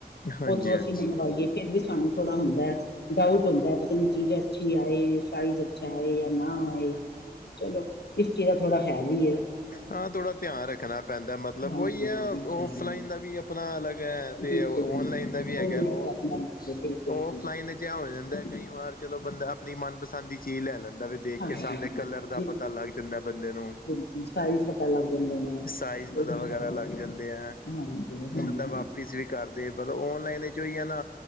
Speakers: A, on the left; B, on the left.
A: ਹਾਂਜੀ
B: ਓਥੋਂ ਅਸੀਂ
A: ਹਾਂਜੀ
B: ਮੰਗਵਾਈਏ। ਫੇਰ ਵੀ ਸਾਨੂੰ ਥੋੜਾ ਹੁੰਦਾਐ ਡਾਊਟ ਹੁੰਦਾ ਪਤਾ ਚੀਜ਼ ਅੱਛੀ ਆਏ, ਸਾਈਜ ਚਾਏ ਏ ਆ ਨਾ ਏ, ਚਲੋ, ਇਸ ਚੀਜ਼ ਦਾ ਥੋੜਾ ਹੈ ਵੀ ਏ।
A: ਹਾਂ ਥੋੜਾ ਧਿਆਨ ਰੱਖਣਾ ਪੈਂਦਾ ਮਤਲਬ
B: ਹਾਂਜੀ
A: ਓਈ ਐ
B: ਬਿਲਕੁਲ
A: ਔਫਲਾਈਨ
B: ਜੀ
A: ਦਾ ਵੀ ਆਪਣਾ ਅਲਾਗ ਤੇ
B: ਬਿਲਕੁਲ
A: ਓ ਔਨਲਾਈਨ
B: ਜੀ,
A: ਦਾ ਵੀ
B: ਉਹ
A: ਹੈਗਾ
B: ਲੈ
A: ਓ,
B: ਕੇ ਆਪਣਾ ਲੱਗਦੇ ਬਿਲਕੁਲ
A: ਓਫਲਾਈਨ
B: ਜੀ
A: ਵੀ ਕਯਾ ਹੋ ਜਾਂਦਾ ਕਈਂ ਵਾਰ ਚਲੋ ਬੰਦਾ ਆਪਣੀ ਮਨਪਸੰਦ ਦੀ ਚੀਜ਼ ਲੈ ਲੈਂਦਾ ਵੀ ਦੇਖ
B: ਹਾਂਜੀ
A: ਕੇ ਸਾਮਣੇ ਕਲਰ
B: ਜੀ,
A: ਦਾ
B: ਬਿਲ
A: ਪਤਾ ਲੱਗ ਜਾਂਦਾ ਐ ਬੰਦੇ ਨੂੰ।
B: ਬਿਲਕੁਲ ਸਾਈਜ਼ ਪਤਾ ਲੱਗ ਜਾਂਦੇ ਨੇ
A: ਸਾਈਜ਼ ਪਤਾ
B: ਇਹੀ
A: ਵਗੈਰਾ
B: ਹੈ,
A: ਲੱਗ ਜਾਂਦੇ ਐਂ,
B: ਹਾਂਜੀ ਹਾਂਜੀ
A: ਬੰਦਾ
B: ਹਾਂਜੀ
A: ਵਾਪੀਸ ਵੀ ਕਰ ਤੇ ਪਤਾ ਓਨਲਾਈਨ ਏ ਚੋਂ ਓਈ ਆ ਨਾ